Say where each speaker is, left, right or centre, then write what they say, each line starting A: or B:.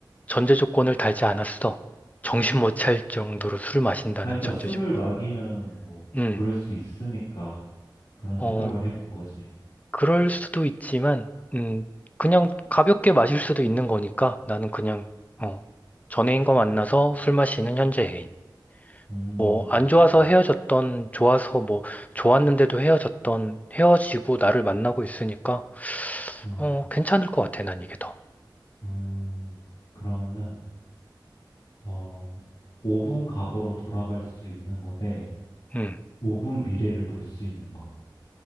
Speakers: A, on the left (about 20°); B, on the left (about 65°).
A: 전제 조건을 달지 않았어. 정신 못 차릴 정도로 술 마신다는
B: 아, 그러니까
A: 전제
B: 술을
A: 조건은.
B: 마기면 뭐,
A: 음,
B: 그럴 수 있으니까 그런
A: 어,
B: 생각을 해 본 거지.
A: 그럴 수도 있지만, 음, 그냥 가볍게 마실 수도 있는 거니까 나는 그냥, 어, 전애인과 만나서 술 마시는 현재 애인.
B: 음, 음,
A: 뭐, 안 좋아서 헤어졌던, 좋아서 뭐, 좋았는데도 헤어졌던, 헤어지고 나를 만나고 있으니까,
B: 음, 음,
A: 어, 괜찮을 것 같아, 난 이게 더.
B: 음. 음. 그러면은, 어, 5분 과거로 돌아갈 수 있는 거대
A: 음.
B: 5분 미래를 볼 수 있는 거.